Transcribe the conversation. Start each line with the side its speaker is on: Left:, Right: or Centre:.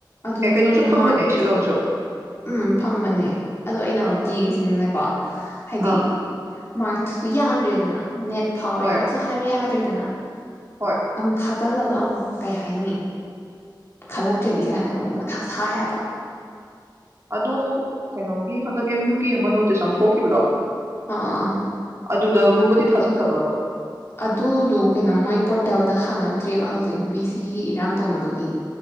Left: ꯑꯗꯣ
Right: ꯑꯦ ꯀꯩꯅꯣꯁꯨ ꯐꯪꯕꯅꯦ
Left: ꯃꯔꯀ
Right: ꯁꯤꯂꯣꯟꯁꯨ
Left: ꯎꯝ ꯐꯪꯕꯅꯦ ꯑꯗꯣ ꯑꯩꯅꯥ ꯑꯃꯨꯛ
Right: ꯑꯥ ꯑꯥ
Left: ꯀꯤꯔꯤꯁꯤꯅꯥꯀꯣ ꯍꯥꯢꯗꯤ
Right: ꯑꯥ
Left: ꯃꯥꯁ ꯇꯣ ꯌꯥꯝ ꯗꯔ꯭ꯦꯗꯅ ꯅꯦꯠ ꯐꯥꯑꯣꯔꯦ
Right: ꯍꯣꯏ
Left: ꯍꯥꯌꯕꯥꯃꯛꯁꯨ ꯍꯥꯌꯕꯥ ꯌꯥꯗꯔ꯭ꯦꯗꯅ
Right: ꯍꯣꯏ
Left: ꯑꯃꯨꯛ ꯊꯥ ꯖꯜꯂꯒꯥ ꯑꯃꯨꯛ ꯀꯩ ꯍꯥꯌꯅꯤ ꯈꯜꯂꯛꯇꯔ꯭ꯗꯤ ꯀꯥꯌꯅꯒ ꯑꯃꯨꯛ ꯃꯊꯥ ꯁꯥꯏ ꯍꯥꯌꯕꯥ
Right: ꯑꯗꯣ ꯀꯩꯅꯣꯒꯤ ꯍꯟꯗꯛ ꯑꯦꯝ ꯌꯨ ꯒꯤ ꯑꯃꯥ ꯅꯣꯇꯤꯁ ꯑꯃꯥ ꯊꯣꯛꯈꯤꯕꯗꯣ
Left: ꯑꯥ ꯑꯥ
Right: ꯑꯗꯨꯗ ꯒꯨꯝꯕꯗꯤ ꯊꯥꯖꯤꯟꯗꯕꯔ꯭ꯕꯥ
Left: ꯑꯗꯨ ꯗꯣ ꯀꯩꯅꯣ ꯃꯣꯢ ꯄꯔꯣꯇꯜꯗ ꯍꯪꯉꯛꯇꯔꯤꯕꯥ ꯍꯧꯖꯤꯛ ꯚꯤ ꯁꯤ ꯒꯤ ꯏꯔꯥꯪ ꯇꯧꯅꯕꯒꯤ